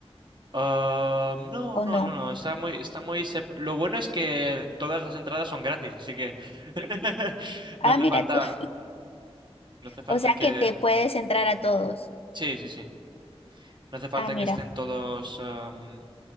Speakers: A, on the right; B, on the left.
A: Ah, no,
B: o
A: no,
B: no.
A: no, no, está muy, está muy... sep- Lo bueno es que todas las entradas son gratis, así que <laughs>
B: Ah,
A: no hace
B: mira
A: falta,
B: tú. <laughs>
A: no hace falta
B: O sea
A: que...
B: que te puedes entrar a todos.
A: Sí, sí, sí. No hace
B: Ah,
A: falta
B: mira.
A: que estén todos, am,